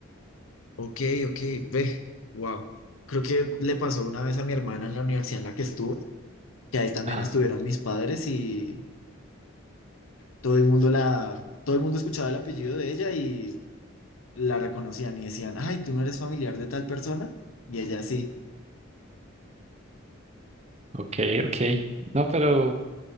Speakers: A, on the left; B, on the right.
A: Ok, ok, ve, wow. Creo que le pasó una vez a mi hermana en la universidad en la que estuvo, que ahí también
B: Ajá,
A: estuvieron mis padres y todo el mundo la, todo el mundo escuchaba el apellido de ella y la reconocían y decían, ay, tú no eres familiar de tal persona. Y ella sí,
B: ok, ok. No, pero